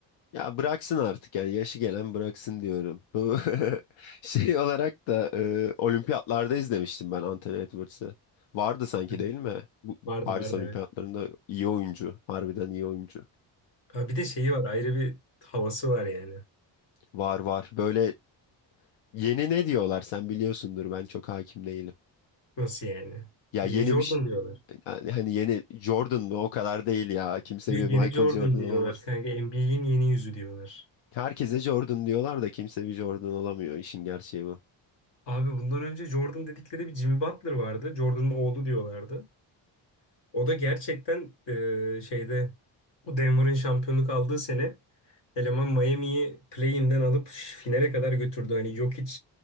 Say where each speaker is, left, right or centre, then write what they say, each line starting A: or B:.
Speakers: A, on the left (about 85°); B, on the left (about 65°).
A: Ya bıraksın artık yani yaşı gelen bıraksın diyorum. Bu <laughs> şey olarak da e, olimpiyatlarda izlemiştim ben Anthony Edwards'ı. Vardı sanki
B: Hı.
A: değil mi? Bu
B: Vardı
A: Paris
B: vardı
A: olimpiyatlarında
B: evet.
A: iyi oyuncu. Harbiden iyi oyuncu.
B: Ha, bir de şeyi var ayrı bir havası var yani.
A: Var var. Böyle yeni ne diyorlar sen biliyorsundur ben çok hakim değilim.
B: Nasıl yani?
A: Ya
B: Yeni
A: yeni
B: Jordan
A: bir şey,
B: diyorlar.
A: yani hani yeni Jordan mı o kadar değil ya. Kimse
B: Yo,
A: bir Michael
B: yeni Jordan
A: Jordan
B: diyorlar
A: olamaz.
B: kanka. NBA'in yeni yüzü diyorlar.
A: Herkese Jordan diyorlar da kimse bir Jordan olamıyor. İşin gerçeği bu.
B: Abi bundan önce Jordan dedikleri bir Jimmy Butler vardı. Jordan'ın oğlu diyorlardı. O da gerçekten e, şeyde o Denver'ın şampiyonluk aldığı sene eleman Miami'yi play-in'den alıp finale kadar götürdü. Hani Jokic